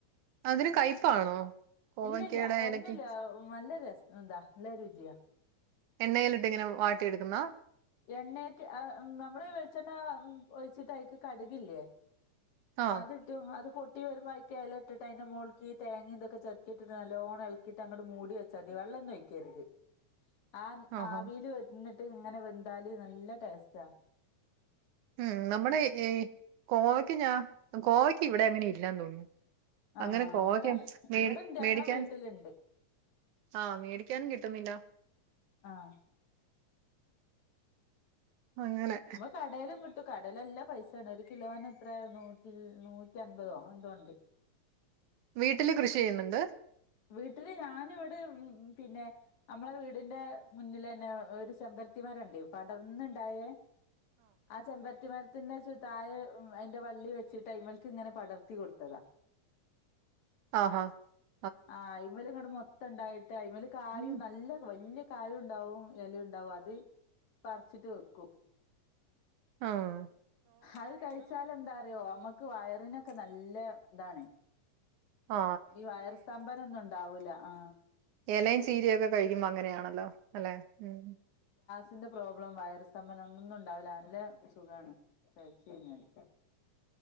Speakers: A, on the right (about 75°); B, on the left (about 65°).
A: അതിന് കയ്പ്പാണോ കോവക്കയുടെ
B: ഇല്ലില്ല ഒന്നുല്ല
A: എലക്ക്
B: നല്ല രസ എന്താ ല്ല രുചിയാ
A: എണ്ണയിലിട്ട് ങ്ങനെ വാട്ടി എടുക്ക്ന്നാ
B: എണ്ണയൊക്കെ ആ നമ്മള് വെളിച്ചെണ്ണ ഒഴിച്ചിട്ട് അയ്ക്ക് കടുകില്ലേ
A: ആഹ്
B: അത്ട്ടും അത് പൊ ട്ടി വരുമ്പയ്ക്ക് എലട്ടിട്ട് അയ്ന്റെ മോൾക്കി തേങ്ങയും തൊക്കെ ചത്കിട്ടിട്ട് നല്ലോണ്ണം എൾക്കിട്ട് അങ്ങട്ട് മൂടി വെച്ചാ തി വല്ലൊന്നുഒയ്ക്കർത് ആ
A: ആഹ് ആഹ്
B: ആവീൽ വന്ന് ങ്ങനെ ന്താലി നല്ല ടേസ്റ്റാ
A: ഉം നമ്മുടെ ഈ കോവയ്ക്ക ഞാൻ കോവയ്ക്ക ഇവിടങ്ങനെ ഇല്ലന്ന് തോന്നുന്നു
B: ആഹ്
A: അങ്ങനെ കോവക്ക
B: ഇവിടെ
A: മേടി
B: ഇവിടെണ്ട്
A: മേടിക്കാൻ
B: നമ്മളെ വീട്ടിലുണ്ട്
A: ആഹ് മേടിക്കാനും കിട്ടുന്നില്ല
B: ആഹ്
A: അങ്ങനെ
B: മ്മ കടേലും ക് ട്ടും കടേലല്ല പൈസേണ് ഒരു കിലോനെ ത്രേ നൂറ്റി നൂറ്റി അൻപതോ എങ്ങനെന്തോണ്ട്
A: വീട്ടില് കൃഷി യ്യുന്നുണ്ട്
B: വീട്ടില് ഞാന് വടെ ഉം പിന്നെ നമ്മളെ വീടിന്റെ മുന്നിലെന്നെ ഒരു ചെമ്പര്ത്തിമരണ്ട് പടർന്ന്ണ്ടായേ ആ ചെമ്പർത്തി മര് പിന്നെ തായെ അയ്ന്റെ വള്ളി വെച്ചിട്ട് ഐമല്ക്ക് ങ്ങനെ പടർത്തി കൊട്ത്തതാ
A: ആ ആ
B: ആ അയ്മല്ങ്ങട്ട് മൊത്തം ണ്ടായിട്ട് അയ്മല് കായും
A: ഉം.
B: നല്ല വല്ല്യ കായുണ്ടാവും എലിണ്ടാവും അത് പറിച്ചിട്ട് വെക്കും
A: ആഹ്
B: അഹ് കഴിച്ചാലന്താ അറിയോ നമ്മ ക്ക് വയറിനൊക്കെ നല്ല താണ്
A: ആ
B: ഈ വയർ സ്തംഭനൊന്നു ണ്ടാവൂല ആ
A: എലയും ചീരയൊക്കെ കഴിക്കുമ്പോ അങ്ങനെയാണല്ലോ അല്ലെ ഉം
B: തിന്റെ പ്രോബ്ലം വൈറസ് സംമ്പനം ഒന്നൊന്നും ഉണ്ടാവില്ല നല്ല സുഗാണ് അത് അയച്ച് കഴിഞ്ഞാല്